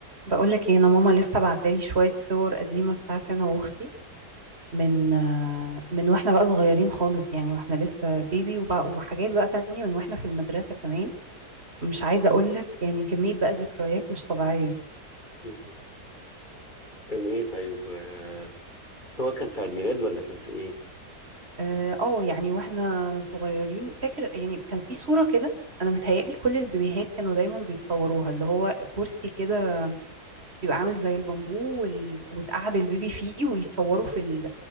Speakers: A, on the right; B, on the left.
A: بقولك ايه انا ماما لسه بعتالي شوية صور قديمة بتاعتي انا واختي من آه، من واحنا بقى صغيرين خالص يعني واحنا لسه بيبي وبقى وحاجات بقى تانية من واحنا في المدرسة كمان مش عايزة اقولك يعني كمية بقى ذكريات مش طبيعية
B: مهم. كان ايه طيب آه، صور كانت في عيد ميلاد ولا كان في ايه
A: اه آه، يعني واحنا صغيرين فاكر يعني كان في صورة كده انا متهيألي كل البيبيهات كانوا دايما بيتصوروها اللي هو كرسي كده بيبقى عامل زي البامبو وال... وتقعد البيبي فيه ويتصوروا في ال...